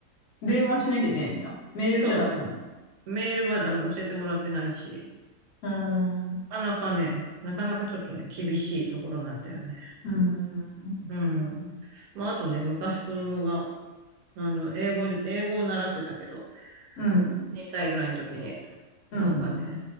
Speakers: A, on the left; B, on the right.
A: 電話しなきゃいけないんだ。メールじゃダメなんだ。
B: そう、メールはダメ、教えてもらってないし、
A: うーん、
B: なかなかね、なかなかちょっとね、厳しいところなんだよね。
A: うん、
B: うん。まあ、あとね、昔子供が、あの、英語、英語を習ってたけど、
A: うん、
B: 2歳ぐらいの時に、
A: うん。
B: なんかね、